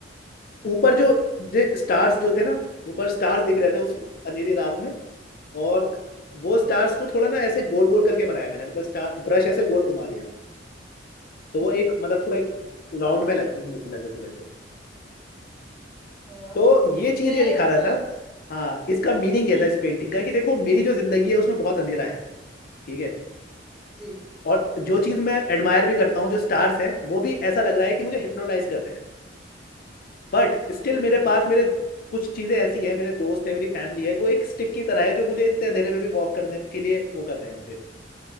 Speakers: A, on the left (about 50°); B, in the centre.
A: ऊपर जो जे स्टार्स जो थे ना ऊपर स्टार्स दिख रहे थे उस अंधेरी रात में और वो स्टार्स को थोड़ा ना ऐसे गोल गोल करके बनाया मैंने मतलब स्टार ब्रश ऐसे गोल घुमा दिया तो वो
B: जी
A: एक मतलब थोड़ा एक राउंड में लग, लगे थोड़े से
B: हाँ
A: तो ये चीज
B: मैं
A: ये दिखा रहा
B: सोच
A: था हाँ इसका मीनिंग
B: हम्म
A: ये था इस पेंटिंग का कि देखो मेरी जो जिंदगी है उसमें बहुत अंधेरा है ठीक है
B: जी
A: और जो चीज मैं एडमायर भी करता हूँ जो स्टार्स है वो भी ऐसा लग रहा है कि मुझे हिप्नोटाइज कर रहे हैं बट स्टिल
B: जी
A: मेरे पास मेरे कुछ चीजें ऐसी है मेरे दोस्त है मेरी फैमिली है वो एक स्टिक की तरह है जो मुझे इतने अंधेरे में भी वॉक करने के लिए वो कर रहे हैं मुझे